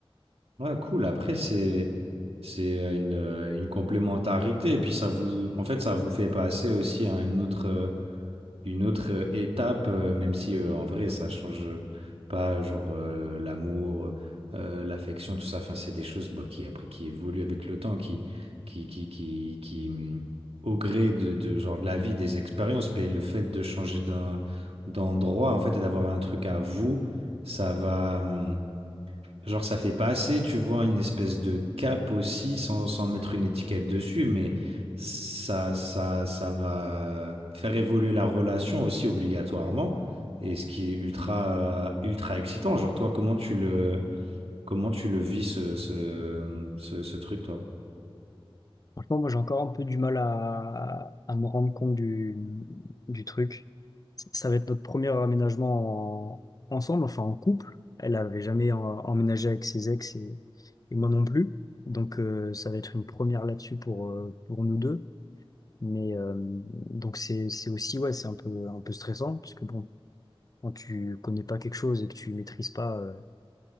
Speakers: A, on the right; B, on the left.
A: Ouais, cool. Après, c'est c'est euh, une, euh, une complémentarité et puis ça vous en fait ça vous fait passer aussi à un autre euh, une autre euh, étape, euh, même si euh, en vrai ça change euh, pas, genre euh, l'amour, euh, l'affection, tout ça. Enfin, c'est des choses bah, qui après qui évoluent avec le temps, qui qui qui qui, qui, hum, au gré de, de genre de la vie, des expériences, mais le fait de changer d'un d'endroit en fait et d'avoir un truc à vous, ça va. hum, Genre, ça fait pas assez, tu vois, une espèce de cap aussi, sans, sans mettre une étiquette dessus, mais ça, ça, ça va faire évoluer la relation aussi obligatoirement. Et ce qui est ultra, euh, ultra excitant. Genre, toi, comment tu le, comment tu le vis, ce, ce, ce, ce truc, toi?
B: Franchement, moi, j'ai encore un peu du mal à, à me rendre compte du, du truc. C- Ça va être notre premier aménagement en- ensemble, enfin en couple. Elle n'avait jamais en- emménagé avec ses ex et, et moi non plus. Donc, euh, ça va être une première là-dessus pour, euh, pour nous deux. Mais euh, donc c'est c'est aussi ouais c'est un peu un peu stressant parce que bon quand tu connais pas quelque chose et que tu maîtrises pas, euh,